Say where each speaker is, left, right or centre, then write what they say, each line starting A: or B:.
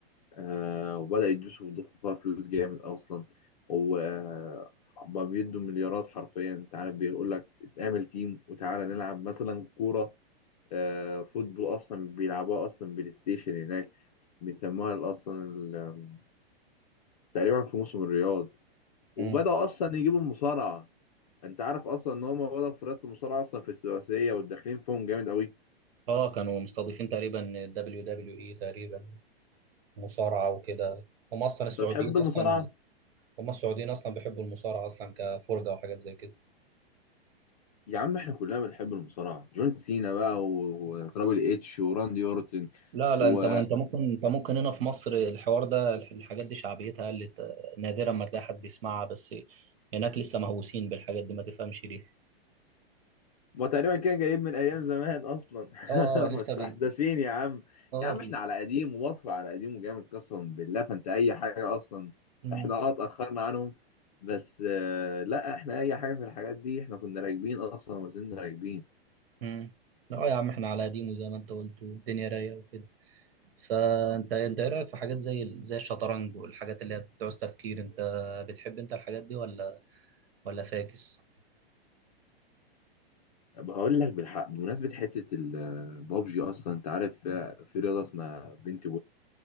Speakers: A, on the left (about 40°); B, on the right (about 65°).
A: آه وبدأوا يدوسوا ويضخوا فيها فلوس جامد أصلا وما بيدوا مليارات حرفيا أنت عارف بيقول لك اتعمل تيم وتعالى نلعب مثلا كورة آه فوتبول أصلا بيلعبوها أصلا بلاي ستيشن هناك بيسموها ال- أصلا ال- تقريبا في موسم الرياض
B: مم.
A: وبدأوا أصلا يجيبوا المصارعة أنت عارف أصلا إن هم بدأوا في رياضة المصارعة أصلا في الثلاثية وداخلين فيهم جامد أوي أنت
B: اه كانوا مستضيفين تقريبا دبليو دبليو اي تقريبا مصارعة وكده هم أصلا السعوديين
A: بتحب
B: مم.
A: المصارعة؟
B: أصلا هم السعوديين أصلا بيحبوا المصارعة أصلا كفرجة وحاجات زي كده
A: يا عم احنا كلنا بنحب المصارعة جون سينا بقى و- وترابل اتش وراندي اورتن
B: لا لا
A: و
B: أنت أنت ممكن أنت ممكن هنا في مصر الحوار ده الح- الحاجات دي شعبيتها قلت آه، نادرا ما تلاقي حد بيسمعها بس هناك لسه مهووسين بالحاجات دي ما تفهمش ليه
A: ما تقريبا كده جايب من ايام زمان اصلا
B: اه
A: <laughs>
B: آه، لسه
A: مستحدثين
B: بي
A: يا عم
B: اه
A: يا عم
B: بي
A: احنا على قديم ومصر على قديم وجامد قسما بالله فانت اي حاجة اصلا
B: مم.
A: احنا اه اتأخرنا عنهم بس آه، لا احنا اي حاجة في الحاجات دي احنا كنا راكبين اصلا وما زلنا راكبين
B: مم. لا يا عم احنا على قديمه زي ما انت قلت والدنيا رايقه وكده فانت انت ايه رايك في حاجات زي ال- زي الشطرنج والحاجات اللي هي بتعوز تفكير انت بتحب انت الحاجات دي ولا ولا فاكس
A: بقول لك بالحق بمناسبة حتة البابجي اصلا انت عارف آه، في رياضة اسمها بنتي